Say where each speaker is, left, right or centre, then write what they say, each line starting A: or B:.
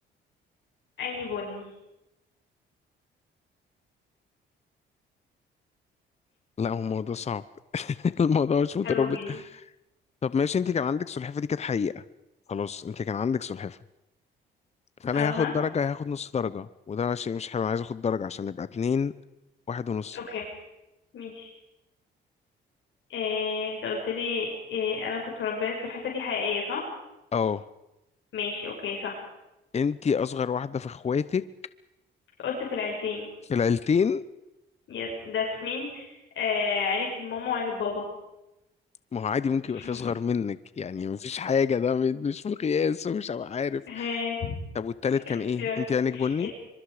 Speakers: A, on the left; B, on the left.
A: عيني بني
B: لا هو الموضوع صعب <laughs> الموضوع مش مترابط
A: اوي
B: طب ماشي انت كان عندك سلحفة دي كانت حقيقة خلاص انت كان عندك سلحفة فانا
A: اها
B: هاخد درجة هاخد نص درجة وده شيء مش حلو عايز اخد درجة عشان نبقى اتنين واحد ونص
A: اوكي ماشي إيه انت قلت لي إيه انا كنت مربيه السلحفاه دي حقيقيه صح
B: اه
A: ماشي اوكي صح
B: انت اصغر واحدة في اخواتك
A: قلت في العيلتين
B: في العيلتين
A: يس ذاتس مين آه عيله ماما وعيله بابا
B: ما هو عادي ممكن
A: <laughs>
B: يبقى في اصغر منك يعني مفيش حاجه ده م- مش مقياس ومش هبقى عارف
A: ها
B: طب والتالت كان
A: اختيارك
B: ايه انت عينك بني
A: ات-